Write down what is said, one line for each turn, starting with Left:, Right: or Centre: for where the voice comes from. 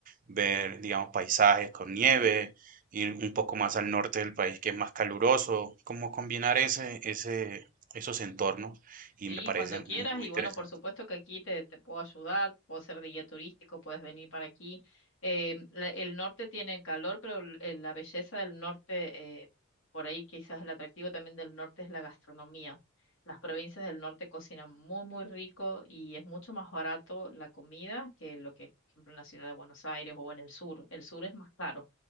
Right: ver, digamos, paisajes con nieve, ir un poco más al norte del país que es más caluroso, cómo combinar ese, ese, esos entornos y
Left: Sí,
Right: me parece
Left: cuando quieras.
Right: muy
Left: Y
Right: interesante.
Left: bueno, por supuesto que aquí te, te puedo ayudar, puedo ser de guía turístico, puedes venir para aquí. Eh, la- el norte tiene calor, pero l- eh, la belleza del norte, eh, por ahí quizás el atractivo también del norte es la gastronomía. Las provincias del norte cocinan muy, muy rico y es mucho más barato la comida que lo que es, por ejemplo, en la ciudad de Buenos Aires o en el sur. El sur es más caro.